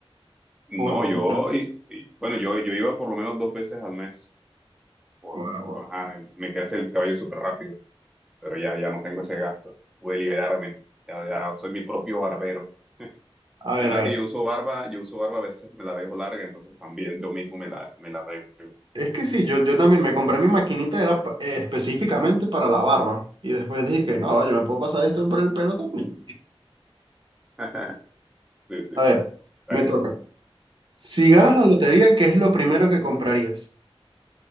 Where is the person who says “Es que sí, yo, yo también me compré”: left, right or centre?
Right